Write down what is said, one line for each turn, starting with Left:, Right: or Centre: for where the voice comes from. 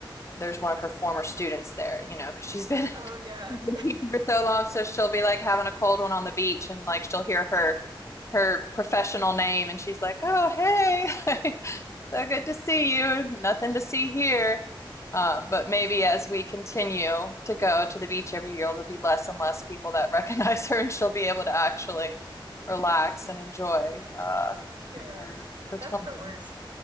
Left: there's one of her former students there, you know, because she's <laughs> been
Right: Oh, yeah.
Left: she's been teaching for so long, so she'll be like having a cold one on the beach, and like she'll hear her her professional name, and she's like, "Oh, hey, <laughs> so good to see you. Nothing to see here." Um, but maybe as we continue to go to the beach every year, there'll be less and less people that <laughs> recognize her, and she'll be able to actually relax and enjoy uh,
Right: Yeah.
Left: her her
Right: That's
Left: time.
Right: the worst.